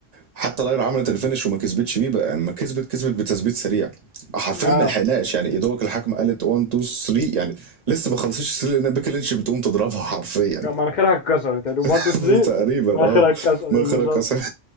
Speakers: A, on the right; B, on the left.
A: حتى لاير عملت الفينش وما كسبتش بيه بقى يعني ما كسبت كسبت بتثبيت سريع حرفيا
B: اه
A: ما لحقناش يعني يا دوبك الحكم قالت 1 2 3 يعني لسه ما خلصتش 3 لان بيكي لينش بتقوم تضربها حرفيا
B: مناخيرها اتكسرت يعني 1
A: <laughs>
B: 2
A: تقريبا
B: 3 مناخيرها
A: اه
B: اتكسرت
A: ما
B: بالظبط
A: خرج أصلاً.